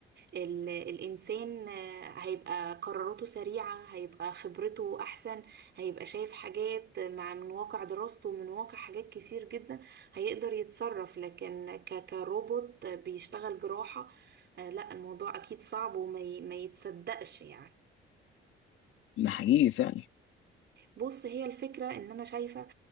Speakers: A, on the right; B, on the left.
A: ال الانسان آه، هيبقى قراراته سريعة هيبقى خبرته احسن هيبقى شايف حاجات مع من واقع دراسته من واقع حاجات كتير جدا هيقدر يتصرف لكن ك كروبوت بيشتغل جراحة آه، لا الموضوع اكيد صعب وما ي- ما يتصدقش يعني
B: ده حقيقي فعلا
A: بص هي الفكرة ان انا شايفة